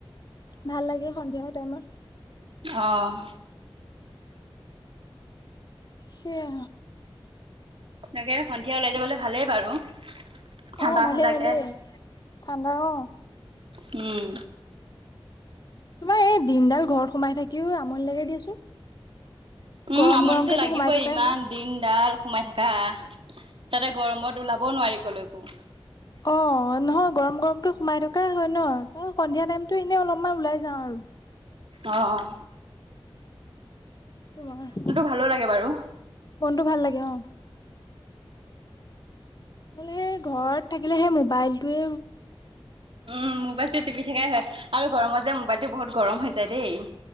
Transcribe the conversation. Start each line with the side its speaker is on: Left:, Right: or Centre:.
Left: ভাল লাগে সন্ধিয়া টাইমত।
Right: অহঁ।
Left: সেইয়া।
Right: তাকে সন্ধিয়া ওলাই যাবলৈ ভালেই বাৰু। ঠাণ্ডা
Left: অ ভালেই
Right: ঠাণ্ডাকে।
Left: ভালেই ঠাণ্ডা অ।
Right: উম।
Left: তোমাৰ এই দিনডাল ঘৰত সোমাই থাকিও আমনি লাগে দিয়াচোন।
Right: উম
Left: গৰম
Right: আমনিতো
Left: গৰমকেতো
Right: লাগিবই
Left: সোমাই থকাই
Right: ইমান
Left: হয়
Right: দিনডাল সোমাই থকা। তাতে গৰমত ওলাব নোৱাৰি কৈলৈকো।
Left: অ নহয় গৰম গৰমকে সোমাই থকা হয় ন ত সন্ধিয়া টাইমতো এনেই অলপমান ওলাই যাওঁ আৰু।
Right: অঁ অঁ
Left: তোমাৰ
Right: ভালো লাগে বাৰু।
Left: মনটো ভাল লাগে অ মানে ঘৰত থাকিলে সেই মোবাইলটোৱে
Right: উ মোবাইলটো টিপি থকাই হয় আৰু গৰমত যে মোবাইলটো বহুত গৰম হৈ যায় দেই